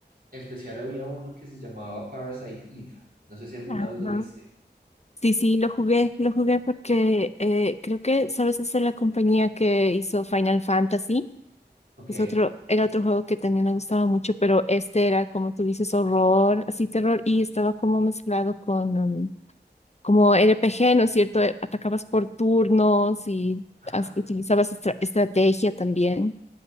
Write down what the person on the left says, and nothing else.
Ajá.
Sí, sí, lo jugué, lo jugué porque eh, creo que, sabes, esa es la compañía que hizo Final Fantasy.
Es otro, era otro juego que también me gustaba mucho, pero este era, como tú dices, horror, así terror, y estaba como mezclado con, um, como RPG, ¿no es cierto? Eh, Atacabas por turnos y
as- utilizabas estra- estrategia también.